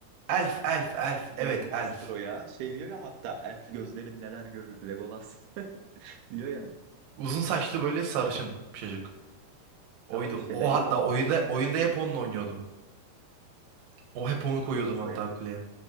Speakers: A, on the right; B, on the right.
A: Elf, elf, elf. Evet,
B: Legolas'tır
A: elf.
B: o ya. Şey diyor ya hatta elf gözlerin neler görür Legolas <laughs> diyor ya.
A: Uzun saçlı böyle sarışın bir çocuk.
B: Tamam
A: Oydu.
B: işte
A: O
B: Legolas
A: hatta oyunda
B: o.
A: oyunda hep onunla oynuyordum. O hep onu
B: Legolas
A: koyuyordum hatta
B: o ya.
A: kuleye.